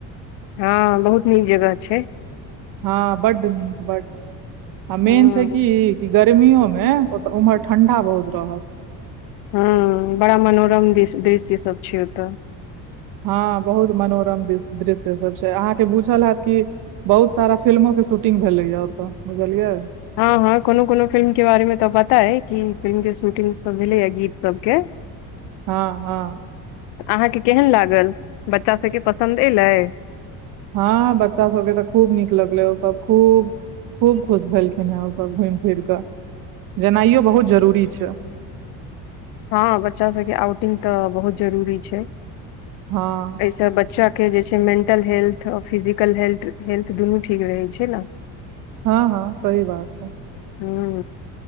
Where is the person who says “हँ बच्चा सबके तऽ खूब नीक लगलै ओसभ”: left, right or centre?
Right